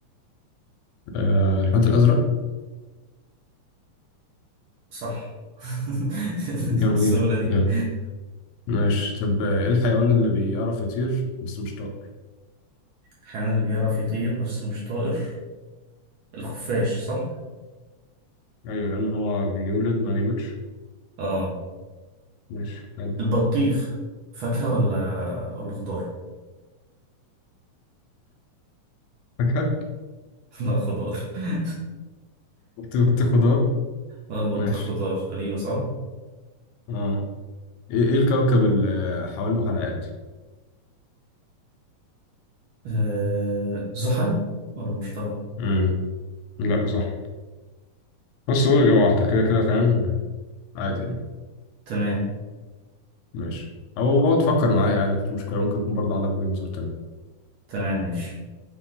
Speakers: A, on the left; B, on the right.
A: آه... الحوت الأزرق
B: صح <laughs>
A: جميل
B: السهولة دي
A: جامد ماشي طب آه، ايه الحيوان اللي بيعرف يطير بس مش طائر
B: الحيوان اللي بيعرف يطير بس مش طائر الخفاش صح؟
A: ايوه لان هو بيولد ما بيموتش
B: اه
A: ماشي حلو
B: البطيخ فاكهة ولا ولا خضار؟
A: فاكهة
B: <laughs> لا خضار <laughs>
A: بت- بت- <laughs> خضار
B: آه، البطيخ
A: ماشي
B: خضار غريبة صح؟
A: اه ايه إيه الكوكب اللي حوالينه حلقات
B: آه... زحل ولا مشتري؟
A: امم لا صح بس قول اجابة واحدة كده كده فاهم عادي يعني
B: تمام
A: ماشي او اقعد تفكر معايا عادي مفيش مشكلة ممكن يكون برضه عندك وجهة نظر تاني
B: تمام ماشي